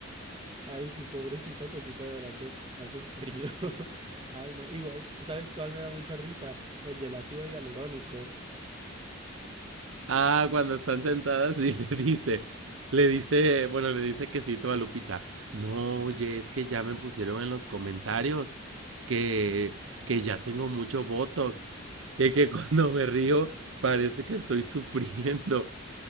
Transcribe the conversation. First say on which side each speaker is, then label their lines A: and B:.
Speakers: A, on the right; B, on the right.
A: Ay, sí, pobrecita quesita, de verdad que ha sufrido. <laughs> Ay, no, igual, ¿sabes cuál me da mucha risa? El del ácido hialurónico.
B: Ah, cuando están sentadas y <laughs> le dice, le dice, bueno, le dice quesito a Lupita. No, oye, es que ya me pusieron en los comentarios que, que ya tengo mucho Botox y que <laughs> cuando me río parece que estoy sufriendo